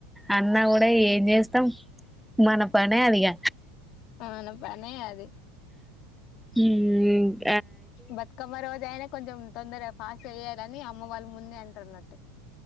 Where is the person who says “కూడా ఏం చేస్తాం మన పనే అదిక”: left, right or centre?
Centre